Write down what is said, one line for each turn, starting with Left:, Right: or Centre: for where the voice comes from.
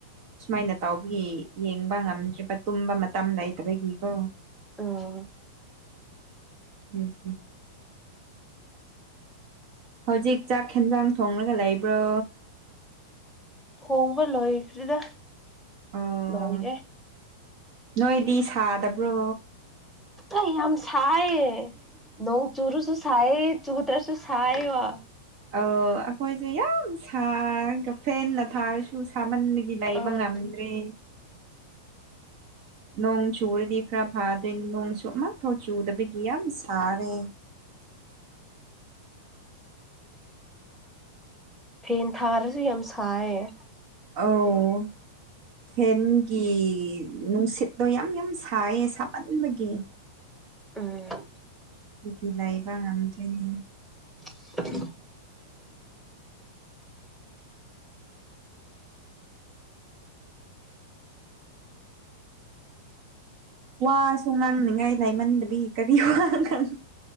Right: ꯁꯨꯃꯥꯏꯅ ꯇꯧꯕꯒꯤ ꯌꯦꯡꯕ ꯉꯝꯗ꯭ꯔꯤꯕ ꯇꯨꯝꯕ ꯃꯇꯝ ꯂꯩꯇꯕꯒꯤꯀꯣ
Centre: ꯎꯝ
Right: ꯎꯝ ꯎꯝ ꯍꯧꯖꯤꯛ ꯆꯥꯛ ꯍꯦꯟꯖꯥꯡ ꯊꯣꯡꯂꯒ ꯂꯩꯕ꯭ꯔꯣ
Centre: ꯍꯣꯡꯕ ꯂꯣꯏꯈ꯭ꯔꯦꯗ
Right: ꯑꯣ
Centre: ꯂꯣꯏꯔꯦ
Right: ꯅꯣꯏꯗꯤ ꯁꯥꯗꯕ꯭ꯔꯣ
Centre: ꯑꯩ ꯌꯥꯝ ꯁꯥꯏꯌꯦ ꯅꯣꯡ ꯆꯔꯁꯨꯨ ꯁꯥꯏꯌꯦ ꯆꯨꯗ꯭ꯔꯁꯨ ꯁꯥꯏꯌꯦꯕ
Right: ꯑꯧ ꯑꯩꯈꯣꯏꯁꯨ ꯌꯥꯝ ꯁꯥꯔꯒ ꯐꯦꯟꯅ ꯊꯥꯔꯁꯨ ꯁꯥꯃꯟꯕꯒꯤ ꯗꯤ ꯂꯩꯕ
Centre: ꯑꯥ
Right: ꯉꯝꯗ꯭ꯔꯦ ꯅꯣꯡ ꯆꯨꯔꯗꯤ ꯈꯔ ꯐꯥꯗꯣꯏꯅꯤ ꯅꯣꯡꯁꯨ ꯑꯃꯐꯥꯎ ꯆꯨꯗꯕꯒꯤ ꯌꯥꯝ ꯁꯥꯔꯦ
Centre: ꯐꯦꯟ ꯊꯥꯔꯁꯨ ꯌꯥꯝ ꯁꯥꯏꯌꯦ
Right: ꯑꯧ ꯐꯦꯟꯒꯤ ꯅꯨꯡꯁꯤꯠ ꯗꯣ ꯌꯥꯝ ꯌꯥꯝ ꯁꯥꯏꯌꯦ ꯁꯥꯃꯟꯕꯒꯤ
Centre: ꯎꯝ꯫
Right: ꯀꯨꯀꯤ ꯂꯩꯕ ꯉꯝꯗ꯭ꯔꯦꯅꯦ꯫
Centre: <inaudible>
Right: ꯋꯥꯁꯨ ꯉꯥꯡꯅꯤꯡꯉꯥꯏ ꯂꯥꯏꯃꯟꯗꯕꯤ ꯀꯔꯤ ꯋꯥ ꯉꯥꯡ